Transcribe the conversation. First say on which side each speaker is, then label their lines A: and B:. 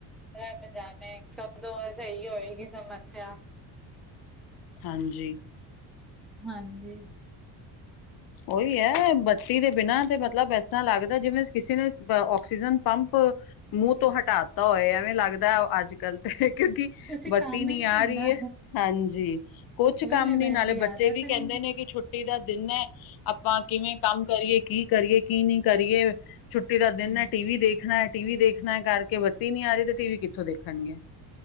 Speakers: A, in the centre; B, on the left.
A: ਰੱਬ ਜਾਣੇ ਕਦੋਂ ਇਹ ਸਹੀ ਹੋਏਗੀ ਸਮੱਸਿਆ।
B: ਹਾਂਜੀ।
A: ਹਾਂਜੀ।
B: ਓਹੀ ਐ ਬੱਤੀ ਦੇ ਬਿਨਾਂ ਤੇ ਮਤਲਬ ਇਸ ਤਰ੍ਹਾਂ ਲੱਗਦਾ ਜਿਵੇਂ ਕਿਸੇ ਨੇ ਆਕਸੀਜ਼ਨ ਪੰਪ। ਮੂੰਹ ਤੋਂ ਹਟਾਤਾ ਹੋਏ, ਐਵੇਂ ਲੱਗਦਾ ਆ ਅੱਜ- ਕੱਲ ਤੇ ਕਿਉਂਕਿ।
A: ਕੁਛ
B: ਬੱਤੀ
A: ਕੰਮ
B: ਨੀ
A: ਹੀ ਨਹੀਂ
B: ਆ
A: ਹੁੰਦਾ
B: ਰਹੀ ਐ, ਹਾਂਜੀ। ਕੁਛ
A: ਵਿਹਲੇ
B: ਕੰਮ
A: ਬਹਿਣ
B: ਨੀ ਨਾਲੇ
A: ਦੀ
B: ਬੱਚੇ
A: ਆਦਤ
B: ਵੀ ਕਹਿੰਦੇ
A: ਨੀ
B: ਨੇ ਕਿ ਛੁੱ। ਛੁੱਟੀ ਦਾ ਦਿਨ ਐ, ਆਪਾਂ ਕਿਵੇਂ ਕੰਮ ਕਰੀਏ, ਕੀ ਕਰੀਏ ਕੀ ਨਹੀਂ ਕਰੀਏ। ਛੁੱਟੀ ਦਾ ਦਿਨ
A: ਹਮ
B: ਐ, ਟੀਵੀ ਦੇਖਣਾ, ਟੀਵੀ ਦੇਖਣਾ ਕਰਕੇ ਬੱਤੀ ਨੀ ਆ ਰਹੀ ਤੇ ਟੀਵੀ ਕਿੱਥੋਂ ਦੇਖਣ ਗੇ।